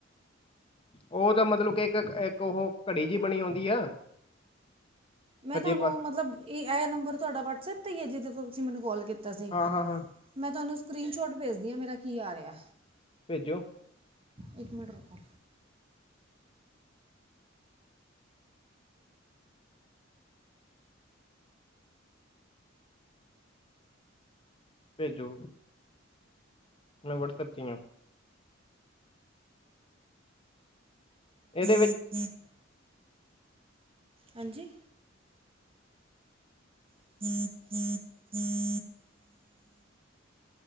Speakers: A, on the left (about 25°); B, on the right (about 30°).
A: ਉਹ ਤਾਂ ਮਤਲਬ ਕਿ ਇੱਕ ਇੱਕ ਉਹ ਘੜੀ ਜਿਹੀ ਬਣੀ ਆਉਂਦੀ ਆ
B: ਮੈਂ
A: ਸੱਜੇ
B: ਤੁਹਾਨੂੰ
A: ਪਾਸ
B: ਮਤਲਬ ਇਹ ਇਹ ਨੰਬਰ ਤੁਹਾਡਾ ਵਟਸਐਪ 'ਤੇ ਹੀ ਹੈ ਜਿਹਦੇ ਤੋਂ ਤੁਸੀਂ ਮੈਨੂੰ ਕੋਲ ਕੀਤਾ ਸੀ
A: ਹਾਂ, ਹਾਂ, ਹਾਂ
B: ਮੈਂ ਤੁਹਾਨੂੰ ਸਕਰੀਨ ਸ਼ੋਟ ਭੇਜਦੀ ਹਾਂ ਮੇਰਾ ਕੀ ਆ ਰਿਹਾ
A: ਭੇਜੋ
B: ਇੱਕ ਮਿੰਟ ਰੱਖੋ
A: ਭੇਜੋ ਮੈਂ ਵਟਸਐਪ ' ਹਾਂ
B: <unintelligible>
A: ਇਹਦੇ ਵਿੱਚ
B: ਹਾਂਜੀ <unintelligible>